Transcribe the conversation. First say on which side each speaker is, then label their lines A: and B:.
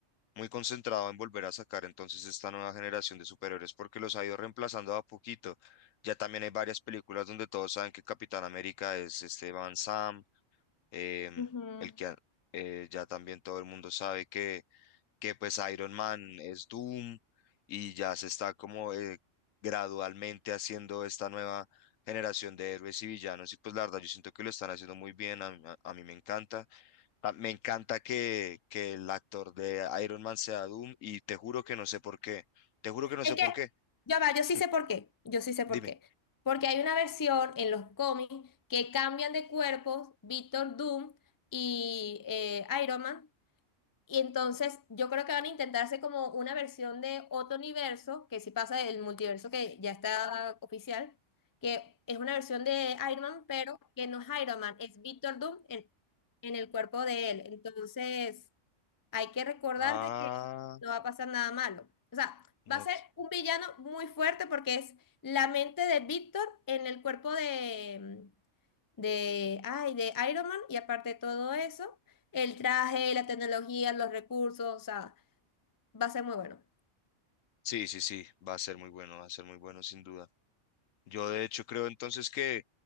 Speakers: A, on the left; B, on the left.
A: muy concentrado en volver a sacar entonces esta nueva generación de superhéroes porque los ha ido reemplazando a poquito. Ya también hay varias películas donde todos saben que Capitán América es este Van Sam, em,
B: Ujú.
A: el que a- eh, ya también todo el mundo sabe que que pues Iron Man es Doom y ya se está como eh, gradualmente haciendo esta nueva generación de héroes y villanos y pues la verdad yo siento que lo están haciendo muy bien, a, mí a- a mí me encanta. Ta- Me encanta que, que el actor de Iron Man sea Doom y te juro que no sé por qué, te juro que no
B: Es
A: sé
B: que,
A: por qué,
B: ya va, yo
A: <laughs>
B: sí sé por qué, yo sí sé
A: dime.
B: por qué. Porque hay una versión en los cómics que cambian de cuerpos Víctor Doom y eh, Iron Man. Y entonces yo creo que van a intentarse como una versión de otro universo, que si pasa del multiverso que ya está oficial, que es una versión de Iron Man, pero que no es Iron Man, es Víctor Doom en, en el cuerpo de él. Entonces... Hay que recordar
A: Ah,
B: de que no va a pasar nada malo. O sea,
A: no.
B: va a ser un villano muy fuerte porque es la mente de Víctor en el cuerpo de, mm, de, ay, de Iron Man y aparte de todo eso, el traje, la tecnología, los recursos, o sea, va a ser muy bueno.
A: Sí, sí, sí, va a ser muy bueno, va a ser muy bueno sin duda. Yo de hecho creo entonces que,